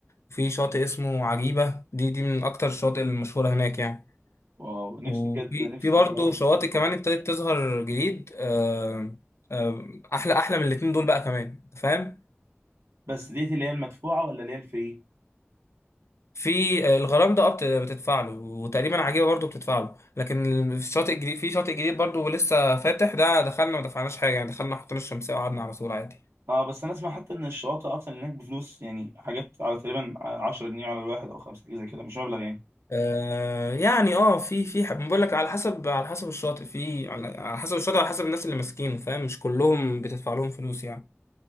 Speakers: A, on the left; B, on the right.
A: في شاطئ اسمه عجيبه دي دي من اكتر الشواطئ المشهوره هناك يعني
B: واو نفسي
A: وفي
B: بجد نفسي
A: في برضه
B: اروح
A: شواطئ
B: مطروح.
A: كمان ابتدت تظهر جديد آه آه احلى احلى من الاتنين دول بقى كمان فاهم
B: بس ديت اللي هي المدفوعه ولا اللي هي الفري
A: في آه، الغرام ده أبت بتدفع له وتقريبا عجيبه برضو بتدفع له لكن ال- في الشاطئ الجديد في شاطئ جديد برضو لسه فاتح ده دخلنا ما دفعناش حاجه يعني دخلنا حطينا الشمسيه وقعدنا على طول عادي
B: اه بس انا اسمع حتى ان الشواطئ اصلا هناك بفلوس يعني حاجات على تقريبا 10 جنيه على الواحد او خمسه حاجه زي كده مش مبلغ يعني
A: آه يعني اه في في حب بقول لك على حسب على حسب الشاطئ في على على حسب الشاطئ على حسب الناس اللي ماسكينه فاهم مش كلهم بتدفع لهم فلوس يعني